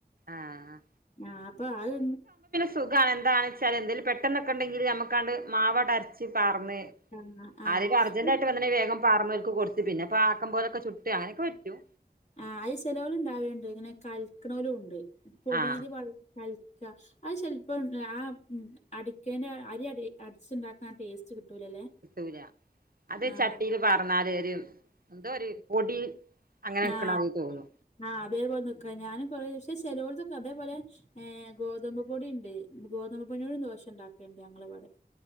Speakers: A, on the right; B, on the left.
A: ആഹ്
B: ആഹ് അപ്പൊ അത്.
A: സുഖമാണ് എന്താണ വെച്ചാൽ എന്തേലും പെട്ടെന്നൊക്കെണ്ടെങ്കിൽ നമുക്കാണ്ട് മാവ്ട് അരച്ച് പ പറന്ന്.
B: ആഹ് ആഹ്
A: ആരക്കും അർജന്റ ആട്ട വെങ്ക വേഗംഅറ്മചക കൊടുു പിന്നെ പ ആക്കം പോലൊക്കെ ചുട്ട് അങ്ങനെയൊക്കെ പറ്റും.
B: ആ അയി ചെലവലും ഉണ്ടാവുണ്ട്. ഇങ്ങനെ കൽക്കണവലും ഉണ്ട്. പൊടിയിൽ
A: ആഹ്
B: വ കൽക്ക. അത് ചെിലപ്പോം ആ അടിക്കേന്റെ അരി അടി അടിച്ചിുണ്ടാക്കുന്ന ആ ടേസ്റ്റ് കിട്ടൂലല്ലേ
A: കിട്ടൂല അത്
B: ആഹ്
A: ചട്ടിയില് പാർന്നാല് ഒരു എന്തോ ഒരു പൊടി. അങ്ങനെക്കണതി
B: ആഹ്
A: തോന്നു.
B: ആഹ് അതേപോലെ നി ക്കുക ഞാനും കുശേഷം ചിലവര്ത് അതേപോലെ. ഏഹ ഹ് ഗോതമ്പ് പൊടിയ ഉണ്ട്. ഗോതമ്പ് പൊടിയോടും ദോശ ഉണ്ടാക്കണ്ട് ഞങ്ങള് വിടെ.